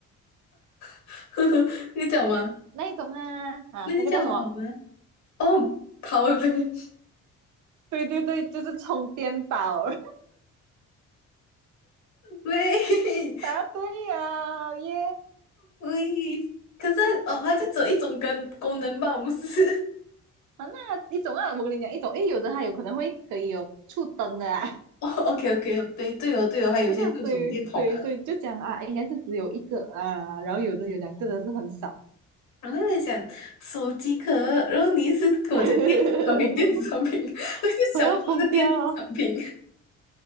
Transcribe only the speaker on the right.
那一种啊啊，
那个叫什么？
对对对，就是充电宝。<laughs>
答对了，耶！
啊，那一种啊，我跟你讲，一种，因为有的它有可能会可以有触灯的啊。
<laughs>
那所以，对，所以就讲啊，应该是只有一个啊，然后有的有两个的是很少。
<laughs>
我要疯掉啊！